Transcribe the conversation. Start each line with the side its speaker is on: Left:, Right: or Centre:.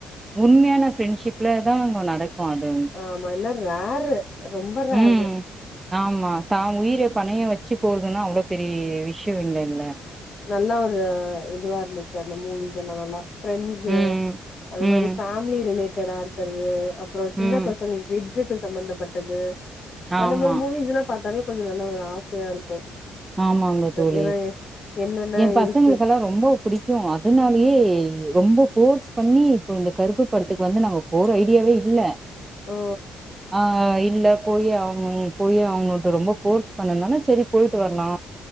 Right: உண்மையான ஃப்ரெண்ஷிப்லதா அங்க நடக்கு அது
Left: ஆ ஆமா எல்லா ரேரு ரொம்ப ரேரு
Right: ம் ஆமா தான் உயிரே பணய வெச்சு போற்துன்னா அவ்ளோ பெரி விஷ்யோ இல்லேல்ல
Left: நல்லா ஒரு இதுவா இருந்துச்சு அந்த மூவிஸெல்லா நல்லா ஃப்ரெண்ட்ஸு
Right: ம்
Left: அதமாரி
Right: ம்
Left: ஃபேமிலி ரிலேட்டடா இருக்கற்து அப் புறோ சின்ன
Right: ம்
Left: பசங்களுக்கு கிட்சுக்கு சம்பந்தப்பட்டது
Right: ஆமா
Left: அந்த மாரி மூவிஸ்லா பாத்தாவே கொஞ்சோ நல்லா ஆசயா இருக்கு
Right: ஆமாங்க தோழி
Left: ஏன்னா என்னென்ன
Right: எ பசங்ளுக்கெல்லா
Left: இருக்கு
Right: ரொம்போ புடிக்கு கு அதனாலியே ரொம்போ போர்ஸ் பண்ணி இப்போ இந்த கருப்பு படத்துக்கு வந்து நாங்க போற ஐடியாவே இல்ல
Left: ஓ
Right: ஆ இல்ல போயே ஆகணு போயே ஆகனுட்டு ரொம்ப போர்ஸ் பண்ணத்னாலா செரி போய் டு வர்லா